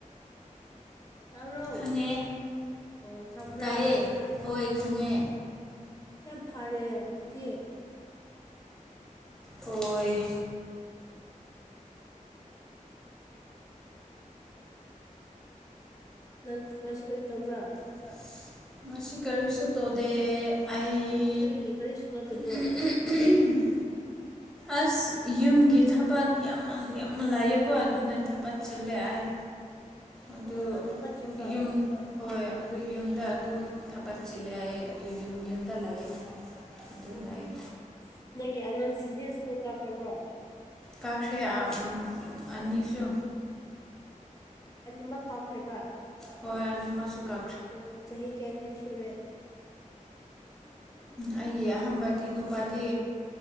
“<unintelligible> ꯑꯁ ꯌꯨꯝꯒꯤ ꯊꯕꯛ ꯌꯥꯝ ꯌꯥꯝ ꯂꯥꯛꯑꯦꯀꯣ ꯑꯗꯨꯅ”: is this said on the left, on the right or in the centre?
Centre